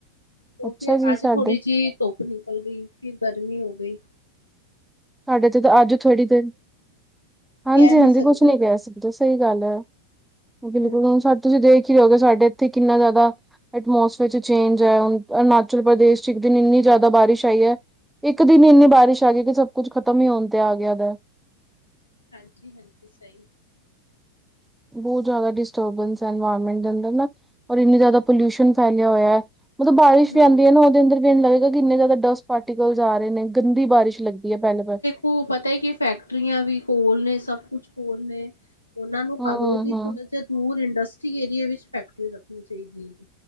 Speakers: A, on the left; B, in the centre.
A: ਕਿਉਂਕਿ
B: ਅੱਛਾ ਜੀ
A: ਅੱਜ
B: ਸਾਡੇ,
A: ਥੋੜੀ ਜੀ ਧੁੱਪ ਨਿਕਲ ਗਈ ਫਿਰ ਗਰਮੀ ਹੋ ਗੀ।
B: ਸਾਡੇ ਤੇ ਤਾਂ ਅੱਜ ਥੋੜ੍ਹੀ ਦੇਰ, ਹਾਂਜੀ-ਹਾਂਜੀ
A: ਕਹਿ ਨਹੀਂ ਸਕਦੇ
B: ਕੁਛ ਨੀ ਪਯਾ ਸੀ। ਏ ਤੇ ਸਈ ਗੱਲ ਐ, ਬਿਲਕੁਲ
A: ਹਾਂਜੀ
B: ਹੁਨ ਸਬ ਤੁਸੀਂ ਦੇਖ ਈ ਰਹੇ ਹੋਗੇ ਸਾਡੇ ਇੱਥੇ ਕਿੰਨਾ ਜਾਦਾ ਐਟਮੋਸਫੇਅਰ ਚ ਚੇਂਜ ਆਇਆ, ਅਰੁਣਾਚਲ ਪ੍ਰਦੇਸ਼ ਚ ਇੱਕ ਦਿਨ ਇੰਨੀ ਜ਼ਿਆਦਾ ਬਾਰਿਸ਼ ਆਈ ਹੈ ਇੱਕ ਦਿਨ ਇੰਨੀ ਬਾਰਿਸ਼ ਆ ਗਈ ਕਿ ਸਭ ਕੁੱਝ ਖਤਮ ਈ ਹੋਨ ਤੇ ਆ ਗਿਆ ਦਾ ਐ।
A: ਹਾਂਜੀ-ਹਾਂਜੀ, ਸਈ
B: ਬੋਤ ਜਾਦਾ ਡਿਸਟਰਬੈਂਸ ਐਨਵਾਇਰਮੈਂਟ ਦੇ ਅੰਦਰ ਨਾਂ ਔਰ ਇੰਨਾ ਜਾਦਾ ਪੋਲਿਊਸ਼ਨ ਫੈਲੇਆ ਹੋਏਆ। ਮਤਲਬ ਬਾਰਿਸ਼
A: ਹੂੰ
B: ਤੇ ਆਂਦੀ ਹੈ ਨਾ ਓਦੇ ਅੰਦਰ ਵੀ ਇੰਜ ਲਗੇਗਾ ਕਿੰਨੇ ਜ਼ਿਆਦਾ ਡਸਟ ਪਾਰਟੀਕਲਸ ਆ ਰੇ ਨੇ। ਗੰਦੀ ਬਾਰਿਸ਼ ਲੱਗਦੀ ਏ <unintelligible>
A: ਓ ਪਤਾ ਐ ਕਿ ਫੈਕਟਰੀਆਂ ਵੀ ਕੋਲ ਨੇ ਸਭ ਕੁਛ ਕੋਲ ਨੇ। ਓਨਾਂ ਨੂੰ
B: ਹਮ
A: ਘਰੋਂ ਦੀ
B: ਹਮ
A: ਥੋੜਾ ਜਾ ਦੂਰ ਇੰਡਸਟਰੀ ਏਰੀਏ ਵਿੱਚ ਫੈਕਟਰੀ ਰੱਖਨੀ ਚਾਈਦੀ ਹੈਗੀ।